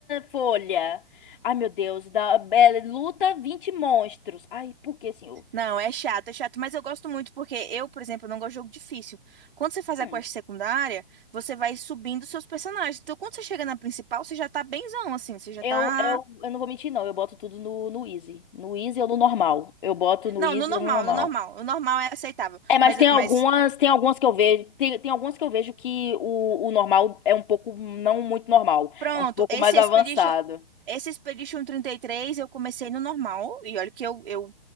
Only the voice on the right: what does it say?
Não, é chato, é chato, mas eu gosto muito porque eu, por exemplo, não gosto de jogo difícil. Quando você faz
a quest secundária, você vai subindo seus personagens. Então, quando você chega na principal, você já tá benzão, assim, você já
tá.
Não,
no normal,
no normal. O normal é aceitável.
Mas,
mas
Pronto,
esse
Expedition, esse Expedition trinta e três eu comecei no normal, e olha que eu, eu,